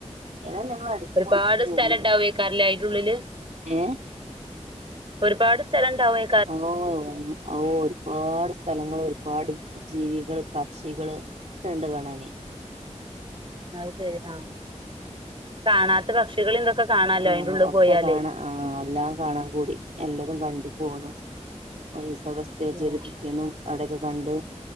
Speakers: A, on the right; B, on the right.
A: ഏതായാലും ഞങ്ങൾ അടിച്ചു
B: ഒരുപാട്
A: പൊളിച്ചു പോന്നു
B: സ്ഥലംണ്ടാവേക്കാരെലെ അയ്ന്റെ ള്ളില്.
A: ഏഹ്
B: ഒരുപാട് സ്ഥലംണ്ടാവേ
A: ഓ ഓഹ്. ഒരുപാട് സ്ഥലങ്ങള് ഒരുപാട് ജീവികൾ പക്ഷികള് ഒക്കെ ണ്ട് കാണാന്.
B: അഹ് ശെരി ആ. കാണാത്ത പക്ഷികളീം തൊക്കെ കാണാലോ
A: ആഹ്
B: അയ്ന്റെ ഉള്ളിൽ
A: ഒക്കെ
B: പോയാല്.
A: കാണാ ആഹ് എല്ലാം കാണാൻ കൂടി. എല്ലതും കണ്ട് പോന്നു. ഒരീസഉടെ സ് സ്റ്റേ ചെയ്ത്
B: ഉം
A: പിറ്റെന്നും അവിടോക്കെ കണ്ട്